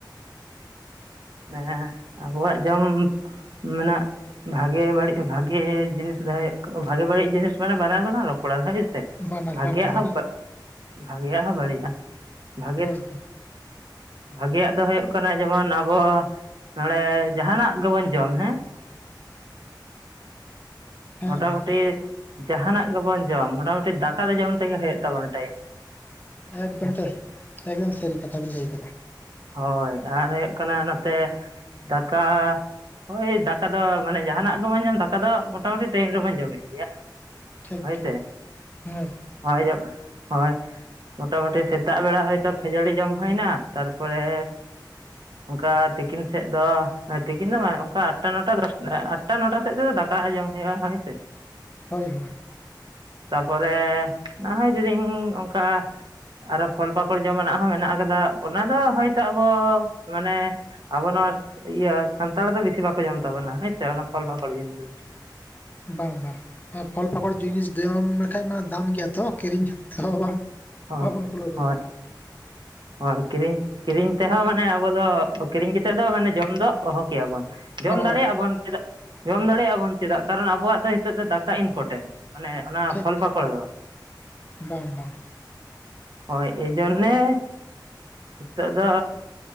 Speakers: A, on the right; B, on the left.
A: ᱦᱮᱸ ᱟᱵᱚᱣᱟᱜ ᱡᱚᱢ ᱢᱮᱱᱟᱜ ᱵᱷᱟᱜᱮ ᱵᱟᱹᱲᱤᱡ ᱵᱷᱟᱜᱮ ᱡᱤᱱᱤᱥ ᱫᱚ ᱵᱷᱟᱜᱮ ᱵᱟᱹᱲᱤᱡ ᱡᱤᱱᱤᱥ ᱢᱟᱱᱮ ᱵᱟᱱᱟᱨ ᱜᱮᱞᱟᱝ ᱨᱚᱯᱚᱲᱟ ᱦᱳᱭᱥᱮ
B: ᱵᱟᱱᱟᱨ
A: ᱵᱷᱟᱜᱮᱭᱟᱜ
B: ᱵᱟᱱᱟᱨ ᱵᱟᱱᱟᱨ
A: ᱦᱚᱸ ᱵᱷᱟᱜᱮᱭᱟᱜ ᱦᱚᱸ ᱵᱟᱹᱲᱤᱡᱼᱟ ᱵᱷᱟᱜᱮ
B: ᱦᱳᱭ ᱦᱳᱭ
A: ᱵᱷᱟᱜᱮᱭᱟᱜ ᱫᱚ ᱦᱩᱭᱩᱜ ᱠᱟᱱᱟ ᱡᱮᱢᱚᱱ ᱟᱵᱚ ᱟᱵᱚ ᱱᱚᱰᱮ ᱡᱟᱦᱟᱱᱟᱜ ᱜᱮᱵᱚᱱ ᱡᱚᱢ ᱦᱮᱸ
B: ᱦᱮᱸ
A: ᱢᱚᱴᱟᱢᱩᱴᱤ ᱡᱟᱦᱟᱱᱟᱜ ᱜᱮᱵᱚᱱ ᱡᱚᱢ ᱢᱚᱴᱟᱢᱩᱴᱤ ᱫᱟᱠᱟ ᱫᱚ ᱡᱚᱢ ᱛᱮᱜᱮ ᱦᱩᱭᱩᱜ ᱛᱟᱵᱚᱱᱟ ᱴᱟᱭᱤᱢ ᱨᱮ
B: ᱮᱠᱫᱚᱢ ᱛᱟᱹᱭ ᱮᱠᱫᱚᱢ ᱥᱟᱹᱨᱤ ᱠᱟᱛᱷᱟ ᱵᱮᱤᱱ ᱞᱟᱹᱭ ᱟᱠᱟᱫᱟ᱾
A: ᱦᱳᱭ ᱟᱨ ᱦᱩᱭᱩᱜ ᱠᱟᱱᱟ ᱱᱚᱛᱮ ᱫᱟᱠᱟ ᱦᱳᱭ ᱫᱟᱠᱟ ᱫᱚ ᱢᱟᱱᱮ ᱡᱟᱦᱟᱱᱟᱜ ᱜᱮᱵᱚᱱ ᱡᱚᱢ ᱫᱟᱠᱟ ᱫᱚ ᱢᱳᱴᱟᱢᱩᱴᱤ ᱴᱟᱭᱤᱢ ᱨᱮᱵᱚᱱ ᱡᱚᱢᱮᱫ ᱜᱮᱭᱟ
B: ᱴᱷᱤᱠ
A: ᱦᱳᱭᱥᱮ᱾
B: ᱴᱷᱤᱠ ᱦᱳᱭ
A: ᱦᱳᱭ ᱡᱚᱢ ᱦᱳᱭ ᱢᱚᱴᱟ ᱢᱩᱴᱤ ᱥᱮᱛᱟᱜ ᱵᱮᱲᱟ ᱦᱚᱭᱛᱚ ᱠᱷᱟᱡᱟᱹᱲᱤ ᱡᱚᱢ ᱦᱩᱭ ᱮᱱᱟ ᱛᱟᱨᱯᱚᱨᱮ ᱚᱱᱠᱟ ᱛᱤᱠᱤᱱ ᱥᱮᱫ ᱫᱚ ᱛᱤᱠᱤᱱ ᱫᱚ ᱵᱟᱝ ᱚᱱᱠᱟ ᱟᱴᱴᱟ ᱱᱚᱴᱟ ᱫᱚᱥ ᱟᱴᱴᱟ ᱱᱚᱴᱟ ᱥᱮᱫ ᱛᱮᱫᱚ ᱫᱟᱠᱟ ᱡᱚᱢ ᱦᱩᱭᱩᱜ-ᱟ ᱦᱳᱭ ᱥᱮ
B: ᱦᱳᱭ ᱦᱳᱭ
A: ᱛᱟᱯᱚᱨᱮ ᱱᱚᱦᱚᱭ ᱡᱩᱫᱤ ᱚᱱᱠᱟ ᱟᱨᱚ ᱯᱷᱚᱞ ᱯᱟᱠᱚᱲ ᱡᱚᱢᱟᱱᱟᱜ ᱦᱚᱸ ᱢᱮᱱᱟᱜ ᱠᱟᱫᱟ ᱚᱱᱟ ᱫᱚ ᱦᱚᱭᱛᱳ ᱟᱵᱚ ᱢᱟᱱᱮ ᱟᱵᱚ ᱱᱚᱣᱟ ᱤᱭᱟᱹ ᱥᱟᱱᱛᱟᱲ ᱫᱚ ᱵᱮᱥᱤ ᱵᱟᱠᱚ ᱡᱚᱢ ᱛᱟᱵᱚᱱᱟ ᱦᱮᱸᱥᱮ ᱚᱱᱟ ᱯᱷᱚᱞ ᱯᱟᱠᱚᱲ ᱡᱤᱱᱤᱥ ᱫᱚ
B: ᱵᱟᱝ ᱵᱟᱝ ᱯᱷᱚᱞ ᱯᱷᱟᱠᱚᱲ ᱡᱤᱱᱤᱥ ᱡᱚᱢ ᱞᱮᱠᱷᱟᱱ ᱢᱟ ᱫᱟᱢ ᱜᱮᱭᱟ ᱛᱚ ᱠᱤᱨᱤᱧ ᱛᱮᱦᱚ ᱵᱟᱝ
A: ᱦᱚᱸ
B: ᱵᱟᱵᱚᱱ ᱠᱩᱞᱟᱹᱣ ᱫᱟᱲᱮᱭᱟᱜ-ᱟ
A: ᱦᱳᱭ ᱦᱳᱭ ᱠᱤᱨᱤᱧ ᱠᱤᱨᱤᱧ ᱛᱮᱦᱚᱸ ᱢᱟᱱᱮ ᱟᱵᱚ ᱫᱚ ᱠᱤᱨᱤᱧ ᱠᱟᱛᱮᱫ ᱫᱚ ᱢᱟᱱᱮ ᱡᱚᱢ ᱫᱚ ᱚᱦᱚ ᱠᱮᱭᱟᱵᱚᱱ ᱡᱚᱢ
B: ᱚ
A: ᱫᱟᱲᱮᱭᱟᱜ-ᱟ ᱵᱚᱱ ᱪᱮᱫᱟᱜ ᱡᱚᱢ ᱫᱟᱲᱮᱭᱟᱜ-ᱟ ᱵᱚᱱ ᱪᱮᱫᱟᱜ ᱠᱟᱨᱚᱱ ᱟᱵᱚᱣᱟᱜ ᱫᱚ ᱱᱤᱛᱚᱜ ᱫᱚ ᱫᱟᱠᱟ ᱤᱱᱯᱚᱴᱮᱱᱴ ᱢᱟᱱᱮ ᱚᱱᱟ
B: ᱴᱷᱤᱠ
A: ᱯᱷᱚᱞ ᱯᱟᱠᱚᱲ ᱫᱚ
B: ᱵᱟᱝ ᱵᱟᱝ
A: ᱦᱳ ᱮᱭᱡᱚᱱᱱᱮ ᱱᱤᱛᱚᱜ ᱫᱚ